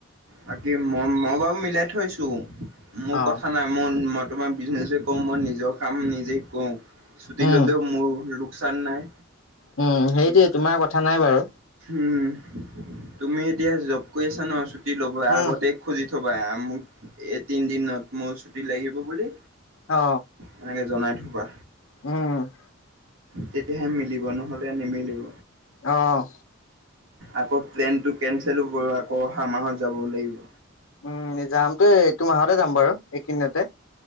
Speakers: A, on the right (about 80°); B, on the left (about 80°).
A: বাকি মই মই বাৰু মিলাই থৈছো মোৰ
B: অ
A: কথা নাই মোৰ ম তোমাৰ বিজনেছে কওঁ মই নিজৰ কাম নিজেই কৰোঁ ছুটি
B: উম
A: ল'লেও মোৰ লোকচান নাই
B: উম সেইটোৱে তোমাৰ কথা নাই বাৰু
A: উম তুমি এতিয়া জব কৰি আছা ন ছুটি ল'ব আগতে
B: উম
A: খুজি অথবাোক এ তিনি দিনত মোৰ ছুট লাগিব বুলি
B: অ
A: এনেকে জনাই থবা
B: উম
A: তেতিয়াহে মিলিব নহলে নিমিলিব
B: আহ
A: আকৌ প্লেনতটো কেনচেলো কৰ আকৌ অহা মাহত যাব লাগিব
B: উম যামটো এইটো মাহতে যাম বাৰু এইকেইদিনতে